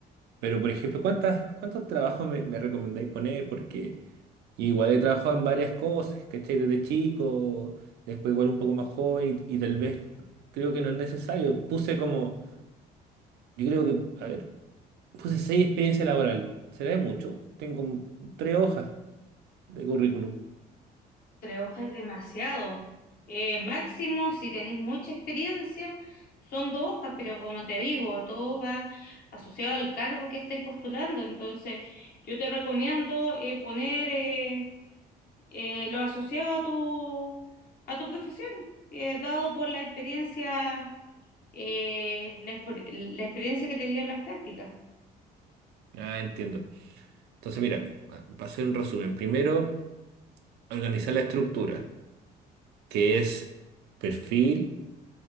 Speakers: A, on the right; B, on the left.
A: pero por ejemplo, ¿cuántas, cuántos trabajos me, me recomendáis poner? Porque igual he trabajado en varias cosas, ¿cachai? Desde chico, después igual un poco más joven y y tal vez creo que no es necesario. Puse como Yo creo que, a ver, puse seis experiencia laboral. ¿Será de mucho? Tengo tres hojas de currículum.
B: Tres hojas es demasiado. Eh, máximo, si tenéis mucha experiencia, son dos hojas, pero como te digo, todo va asociado al cargo que estáis postulando. Entonces, yo te recomiendo eh, poner eh, eh, lo asociado a tu, a tu profesión, eh, dado por la experiencia, eh, la, exper- la experiencia que te dio en las prácticas.
A: Ah, entiendo. Entonces, mira, para hacer un resumen, primero, organizar la estructura, que es perfil,